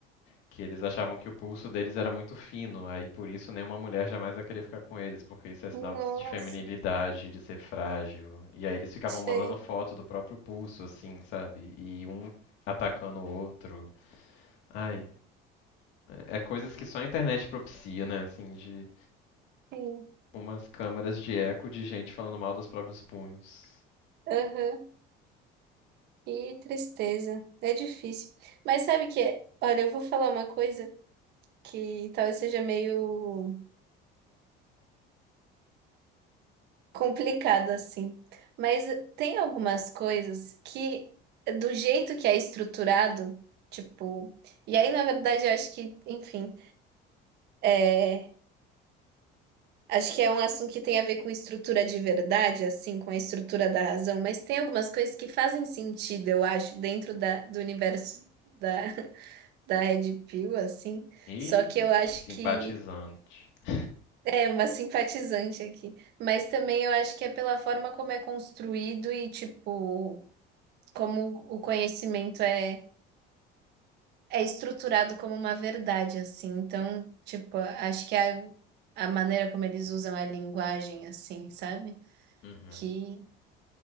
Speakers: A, on the left (about 70°); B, on the right (about 60°).
A: que eles achavam que o pulso deles era muito fino, aí por isso nenhuma mulher jamais vai querer ficar com eles, porque isso é sinal
B: Nossa,
A: de, de feminilidade, de ser frágil. E aí eles ficavam
B: sei.
A: mandando foto do próprio pulso, assim, sabe? E um atacando o outro. Ai, é é coisas que só a internet propicia, né? Assim, de
B: Sim.
A: umas câmaras de eco de gente falando mal dos próprios punhos.
B: Aham. Que tristeza. É difícil. Mas sabe que, olha, eu vou falar uma coisa que talvez seja meio. complicado assim. Mas tem algumas coisas que, do jeito que é estruturado, tipo. E aí, na verdade, eu acho que, enfim, é, acho que é um assunto que tem a ver com estrutura de verdade, assim, com a estrutura da razão, mas tem algumas coisas que fazem sentido, eu acho, dentro da, do universo da, <laughs> da Red Pill, assim.
A: E
B: Só que eu acho
A: simpatizante.
B: que.
A: <laughs>
B: É uma simpatizante aqui. Mas também eu acho que é pela forma como é construído e, tipo. como o conhecimento é, é estruturado como uma verdade, assim. Então, tipo, acho que a, a maneira como eles usam a linguagem, assim, sabe?
A: Uhum,
B: Que,